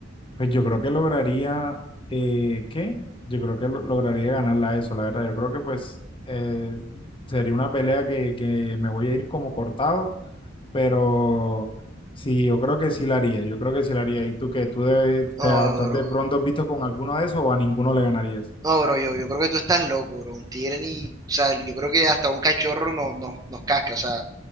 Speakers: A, on the left; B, on the right.
A: pues yo creo que lograría, eh, ¿qué? Yo creo que lo- lograría ganarla a eso, la verdad. Yo creo que pues eh, sería una pelea que, que me voy a ir como cortado, pero sí, yo creo que sí la haría, yo creo que sí la haría. ¿Y tú qué? ¿Tú debes,
B: No,
A: te estás
B: bro.
A: de pronto visto con alguno de esos o a ninguno le ganarías?
B: No, bro, yo, yo creo que tú estás loco, bro. Un tigre ni, o sea, yo creo que hasta un cachorro no, no- nos casca, o sea,